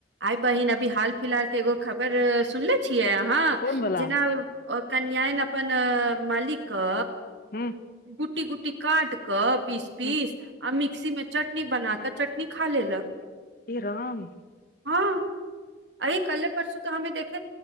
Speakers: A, on the right; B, on the left.
A: आइ बहिन अभी हाल फिलहाल के एगो खबर सुनले छियै अहाँ
B: कोन बला
A: जेना ओ कन्यन अपन मालिकके
B: हूं
A: कुट्टी कुट्टी काट कऽ पीस पीस
B: हूं
A: आ मिक्सी मऽ चटनी बना कऽ चटनी खा लेलक
B: हे राम
A: हँ एह कले परसु तऽ हमे देख